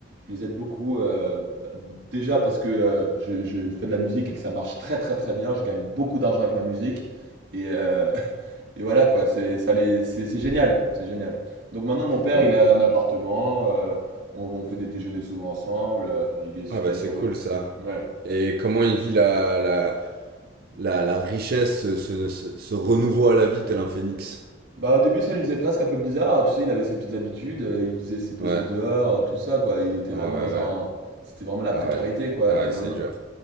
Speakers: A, on the right (about 70°); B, on the right (about 55°).
A: Je les aide beaucoup. euh, déjà parce que euh, je, je fais de la musique et que ça marche très très très bien. Je gagne beaucoup d'argent avec ma musique. Et, euh, et voilà quoi, c'est ça les c'est c'est génial, c'est génial. Donc maintenant mon père,
B: bah-
A: il a un appartement, euh, on, on fait des déjeuners souvent ensemble, euh, il est super
B: ah bah c'est
A: heureux.
B: cool ça.
A: Ouais.
B: Et comment il vit la, la, la, la richesse, ce, ce, ce- ce renouveau à la vie tel un phénix.
A: Bah au début ça lui faisait presque un peu bizarre, tu sais, il avait ses petites habitudes, euh, il faisait ses besoins
B: Ouais,
A: dehors, euh, tout ça quoi, il était vraiment
B: ah ouais,
A: dans
B: ouais,
A: un c'était vraiment la
B: ah
A: précarité
B: ouais,
A: quoi.
B: ah
A: Et
B: ouais,
A: maintenant
B: c'est dur.